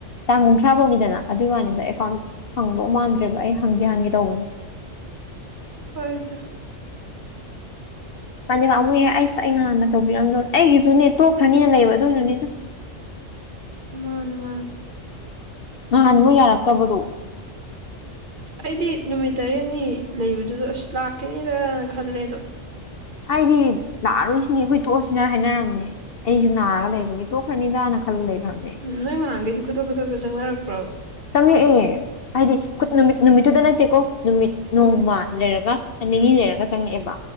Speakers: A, on the left; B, on the right.
A: ꯇꯥꯡ ꯀꯨꯟꯊ꯭ꯔꯥ ꯐꯧꯅꯤꯗꯅ ꯑꯗꯨꯒꯤ ꯋꯥꯅꯤꯗ ꯑꯦꯀꯥꯎꯟ ꯍꯪꯗꯧ ꯃꯥꯟꯗ꯭ꯔꯦꯕ ꯑꯩ ꯍꯪꯒꯦ ꯍꯪꯒꯦ ꯇꯧꯕꯅꯦ
B: ꯑꯣꯏꯗ
A: ꯄꯥꯝꯗꯤ ꯄꯝꯄꯨꯌꯦ ꯑꯩꯁ ꯑꯩ ꯉꯥꯟꯅ ꯇꯧꯕꯤꯔꯝꯗꯣꯏ ꯑꯩꯒꯤꯁꯨꯅꯦ ꯇꯣꯛꯈ꯭ꯔꯅꯤꯅ ꯂꯩꯕ ꯑꯗꯨꯏꯅꯅꯤꯗ
B: ꯃꯥꯅꯦ ꯃꯥꯅꯦ
A: ꯉꯍꯥꯟꯕꯨ ꯌꯥꯔꯛꯇꯕꯗꯣ
B: ꯑꯩꯗꯤ ꯅꯨꯃꯤꯠ ꯇꯔꯦꯠꯅꯤ ꯂꯩꯕꯗꯨꯗ ꯑꯁ ꯂꯥꯛꯀꯅꯤꯗꯅ ꯈꯜꯂꯦ ꯑꯗꯣ
A: ꯍꯥꯏꯗꯤ ꯂꯥꯛꯑꯔꯣꯏꯁꯤꯅꯦ ꯑꯩꯈꯣꯏ ꯇꯣꯛꯂꯁꯤꯅ ꯍꯥꯏꯅꯔꯝꯅꯦ ꯑꯩꯁꯨ ꯅꯥꯔꯒ ꯂꯩꯕꯒꯤ ꯇꯣꯛꯈ꯭ꯔꯅꯤꯗꯥꯅ ꯈꯜꯂ ꯂꯩꯈ꯭ꯔꯕ
B: ꯎꯝ ꯅꯣꯏ ꯉꯍꯈꯩꯗꯤ ꯈꯨꯗꯛ ꯈꯨꯗꯛꯇ ꯆꯪꯅꯔꯛꯄꯔꯕ
A: ꯆꯪꯉꯛꯑꯦ ꯍꯥꯏꯗꯤ ꯅꯨꯃꯤꯠ ꯅꯨꯃꯤꯠꯇꯨꯗ ꯅꯠꯇꯦꯀꯣ ꯅꯨꯃꯤꯠ
B: ꯍꯣꯏ
A: ꯅꯣꯡꯃ ꯂꯩꯔꯒ ꯅꯤꯅꯤ ꯂꯩꯔꯒ ꯆꯪꯉꯛꯑꯦꯕ